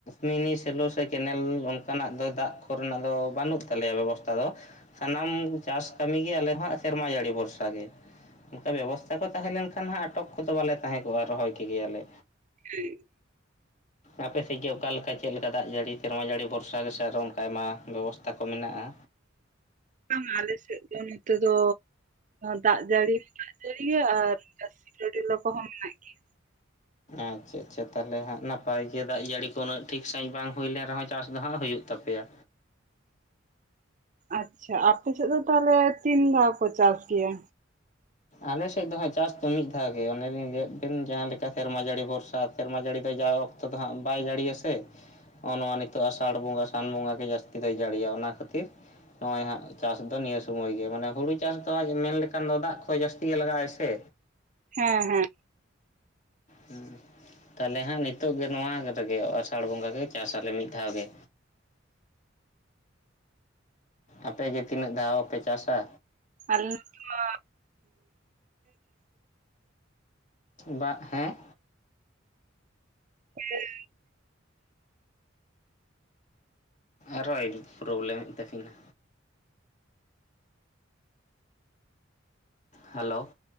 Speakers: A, on the left; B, on the right.
A: ᱢᱤᱱᱤ ᱥᱮᱞᱚ ᱥᱮ ᱠᱮᱱᱮᱞ ᱚᱱᱠᱟᱱᱟᱜ ᱫᱚ ᱫᱟᱜ ᱠᱚᱨᱮᱱᱟᱜ ᱫᱚ ᱵᱟᱹᱱᱩᱜ ᱛᱟᱞᱮᱭᱟ ᱵᱮᱵᱚᱥᱛᱷᱟ ᱫᱚ ᱥᱟᱱᱟᱢ ᱪᱟᱥ ᱠᱟᱹᱢᱤᱜᱮ ᱟᱞᱮ ᱦᱟᱸᱜ ᱥᱮᱨᱢᱟ ᱡᱟᱹᱲᱤ ᱵᱷᱚᱨᱥᱟ ᱜᱮ ᱚᱱᱠᱟ ᱵᱮᱵᱚᱥᱛᱷᱟ ᱠᱚ ᱛᱟᱦᱮᱸ ᱞᱮᱱᱠᱷᱟᱱ ᱦᱟᱸᱜ ᱟᱴᱚᱠ ᱠᱚᱫᱚ ᱵᱟᱞᱮ ᱛᱟᱦᱮᱸ ᱠᱚᱜᱼᱟ ᱨᱚᱦᱚᱭ ᱠᱮᱫᱜᱮᱭᱟᱞᱮ
B: ᱦᱮᱸ
A: ᱟᱯᱮ ᱥᱮᱫ ᱜᱮ ᱚᱠᱟ ᱞᱮᱠᱟ ᱪᱮᱫ ᱞᱮᱠᱟ ᱫᱟᱜ ᱡᱟᱹᱲᱤ ᱥᱮᱨᱢᱟ ᱡᱟᱹᱲᱤ ᱵᱷᱚᱨᱥᱟ ᱜᱮᱥᱮ ᱟᱨ ᱚᱱᱠᱟ ᱟᱭᱢᱟ ᱵᱮᱵᱚᱥᱛᱟ ᱠᱚ ᱢᱮᱱᱟᱜᱼᱟ᱾
B: ᱚᱱᱠᱟ ᱢᱟ ᱟᱞᱮ ᱥᱮᱫ ᱫᱚ ᱱᱚᱛᱮ ᱫᱚ ᱫᱟᱜ ᱡᱟᱹᱲᱤ ᱦᱚᱸ ᱫᱟᱜ ᱡᱟᱹᱲᱤ ᱭᱟᱭ ᱟᱨ ᱥᱤᱨᱰᱞᱚ ᱠᱚᱦᱚᱸ ᱢᱮᱱᱟᱜ ᱜᱮᱭᱟ
A: ᱟᱪᱷᱟ-ᱟᱪᱷᱟ ᱛᱟᱦᱚᱞᱮ ᱦᱟᱸᱜ ᱱᱟᱯᱟᱭ ᱜᱮ ᱫᱟᱜ ᱡᱟᱹᱲᱤ ᱠᱚ ᱩᱱᱟᱹᱜ ᱴᱷᱤᱠ ᱥᱟᱺᱦᱤᱡ ᱵᱟᱝ ᱦᱩᱭᱞᱮᱱ ᱨᱮᱦᱚᱸ ᱪᱟᱥ ᱫᱚ ᱦᱟᱸᱜ ᱦᱩᱭᱩᱜ ᱛᱟᱯᱮᱭᱟ
B: ᱟᱪᱷᱟ ᱟᱯᱮᱥᱮᱫ ᱫᱚ ᱛᱟᱦᱚᱞᱮ ᱛᱤᱱ ᱫᱷᱟᱣ ᱠᱚ ᱪᱟᱥ ᱜᱮᱭᱟ
A: ᱟᱞᱮ ᱥᱮᱫ ᱫᱚ ᱦᱟᱸᱜ ᱪᱟᱥ ᱫᱚ ᱢᱤᱫ ᱫᱷᱟᱣ ᱜᱮ ᱚᱱ ᱞᱤᱧ ᱞᱟᱹᱭᱟᱫ ᱵᱮᱱ ᱡᱟᱦᱟᱸ ᱞᱮᱠᱟ ᱥᱮᱨᱢᱟ ᱡᱟᱹᱲᱤ ᱵᱷᱚᱨᱥᱟ ᱥᱮᱨᱢᱟ ᱡᱟᱹᱲᱤ ᱫᱚ ᱡᱟᱣ ᱚᱠᱛᱚ ᱫᱚ ᱦᱟᱸᱜ ᱵᱟᱭ ᱡᱟᱹᱲᱤᱭᱟ ᱥᱮ ᱱᱚᱜᱼᱚ ᱱᱚᱣᱟ ᱱᱤᱛᱚᱜ ᱟᱥᱟᱲ ᱵᱚᱸᱜᱟ, ᱥᱟᱱ ᱵᱚᱸᱜᱟ ᱜᱮ ᱡᱟᱹᱥᱛᱤ ᱫᱚ ᱡᱟᱹᱲᱤᱭᱟ ᱚᱱᱟ ᱠᱷᱟᱹᱛᱤᱨ ᱱᱚᱜᱼᱚᱭ ᱦᱟᱸᱜ ᱪᱟᱥ ᱫᱚ ᱱᱤᱭᱟᱹ ᱥᱚᱢᱚᱭ ᱜᱮ ᱢᱟᱱᱮ ᱦᱳᱲᱳ ᱪᱟᱥ ᱫᱚ ᱦᱟᱸᱜ ᱢᱮᱱ ᱞᱮᱠᱷᱟᱱ ᱫᱚ ᱫᱟᱜ ᱠᱚ ᱡᱟᱹᱥᱛᱤ ᱜᱮ ᱞᱟᱜᱟᱜ-ᱟ ᱥᱮ
B: ᱦᱮᱸᱻᱦᱮᱸ᱾
A: ᱦᱮᱸ ᱛᱟᱦᱞᱮ ᱦᱟᱸᱜ ᱱᱤᱛᱚᱜ ᱜᱮ, ᱱᱚᱣᱟ ᱨᱮᱜᱮ ᱟᱥᱟᱲ ᱵᱚᱸᱜᱟ ᱜᱮ ᱪᱟᱥ ᱟᱞᱮ ᱢᱤᱫ ᱫᱷᱟᱣ ᱜᱮ᱾ ᱟᱯᱮ ᱜᱮ ᱛᱤᱱᱟᱹᱜ ᱫᱷᱟᱣ ᱯᱮ ᱪᱟᱥᱟ?
B: ᱟᱞᱮ ᱱᱚᱛᱮ ᱢᱟ
A: ᱵᱟ ᱦᱮᱸ
B: ᱦᱮᱸ
A: ᱟᱨᱚᱸ ᱯᱨᱚᱵᱽᱞᱮᱢᱮᱫ ᱛᱟᱹᱠᱤᱱᱟ᱾ ᱦᱮᱞᱳ